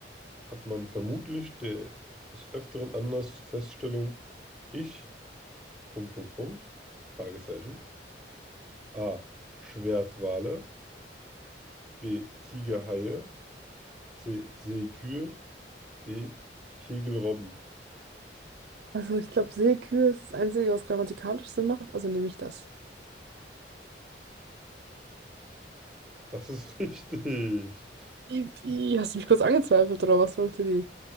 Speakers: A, in the centre; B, on the right.
A: hat man vermutlich de, des Öfteren Anlass zur Feststellung, ich, Punkt, Punkt, Punkt, Fragezeichen, A. Schwertwale, B. Tigerhaie, C. Seekühe, D. Kegelrobben.
B: Also ich glaube, Seekühe ist das Einzige, was grammatikalisch Sinn macht, also nehme ich das.
A: Das ist <laughs> richtig.
B: Ipi, hast du mich kurz angezweifelt, oder was wollte die?